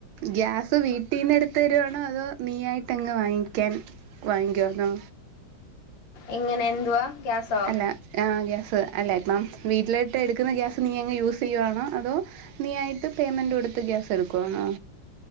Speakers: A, on the right (about 80°); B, on the left (about 70°).
A: ഗ്യാസ് വീട്ടീന്ന് എട്ത്ത് തരുവാണോ അതോ നീ ആയിട്ടങ്ങ് വാങ്ങിക്കാൻ വാങ്ങിക്കുവാന്നോ
B: എങ്ങെനെ എന്തുവാ? ഗ്യാസോ
A: അല്ലാ ആഹ് ഗ്യാസ് അല്ല ഇപ്പം വീട്ട്ലേട്ട് എട്ക്ക്ന്ന ഗ്യാസ് നീ അങ്ങ് യൂസെയ്യുവാണോ അതോ നീയായിട്ട് പെയ്മെന്റ് കൊട്ത്ത് ഗ്യാസ് എട്ക്കുവാണോ?